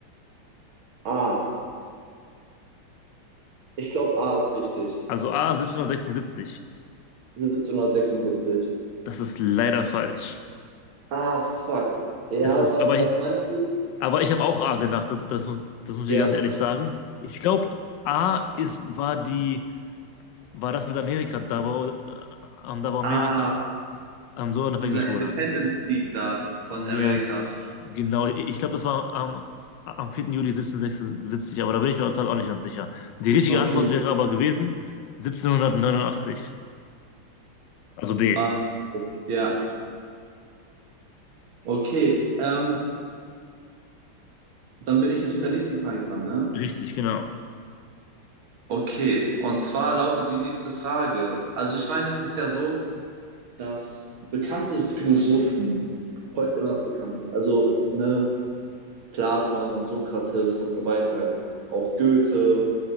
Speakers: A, on the right; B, on the left.
A: A, ich glaube, A ist richtig.
B: Also A, 1776.
A: 1776.
B: Das ist leider falsch.
A: Ah, fuck. Ja,
B: Es ist,
A: was,
B: aber
A: was meinst du?
B: Aber ich habe auch A gedacht, das, das, muss- das muss
A: Ja.
B: ich ganz ehrlich sagen. Ich glaube, A ist, war die, war das mit Amerika, da wo, äh, ähm, da wo Amerika
A: Ah,
B: ähm, so unabhängig
A: dieser Independent-Krieg
B: wurde.
A: da von
B: Ja,
A: Amerika.
B: genau. Ich, glaube, das war am am vierten Juli siebzehnhundertsechsundsiebzig. aber da bin ich mir gerade auch nicht ganz sicher. Die richtige
A: Okay.
B: Antwort wäre aber gewesen siebzehnhundertneunundachtzig. also B.
A: Ah, okay. Ja, okay. Ähm, dann bin ich jetzt mit der nächsten Frage dran, ne?
B: Richtig, genau.
A: Okay, und zwar lautet die nächste Frage. Also ich meine, es ist ja so, Dass bekannte Philosophen heute immer noch bekannt sind. Also, ne, Platon, Sokrates und so weiter. Auch Goethe,